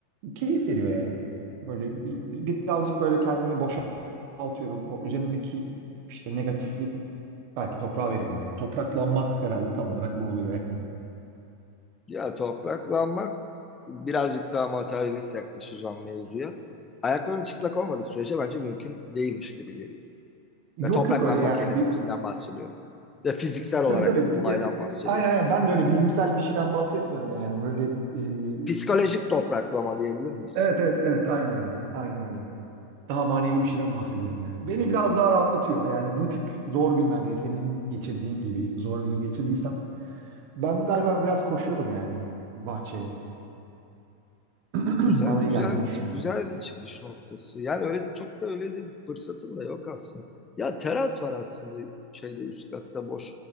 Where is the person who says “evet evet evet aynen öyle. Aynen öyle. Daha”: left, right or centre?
Right